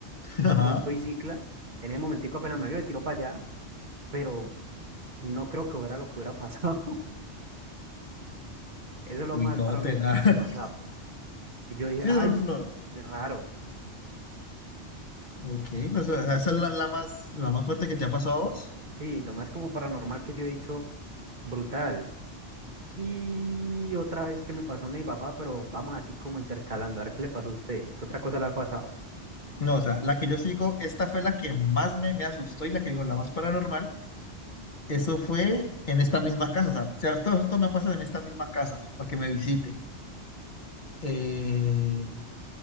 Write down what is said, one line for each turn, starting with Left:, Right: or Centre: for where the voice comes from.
Left: ajá.
Right: con todo y cicla, en ese momentico apenas me vio y tiró para allá, pero no creo que hubiera lo que hubiera pasado, <laughs> eso es lo
Left: Uy,
Right: más
Left: no,
Right: paranormal
Left: te
Right: que
Left: da. <laughs>
Right: ha pasado, y yo dije,
Left: Sí,
Right: ay,
Left: no, no.
Right: es
Left: no.
Right: muy raro,
Left: Ok, pues o sea, esa es la, la más, la más fuerte que te ha pasado a vos.
Right: sí, lo más como paranormal que yo he dicho, brutal, y otra vez que me pasó no mi papá, pero vamos así como intercalando, a ver qué le pasó a usted, qué otra cosa le ha pasado,
Left: No, o sea, la que yo sigo, esta fue la que más me, me asustó y la que digo, la más paranormal. Eso fue en esta misma casa. O sea, o sea, todo esto me ha pasado en esta misma casa para que me visite. Eh,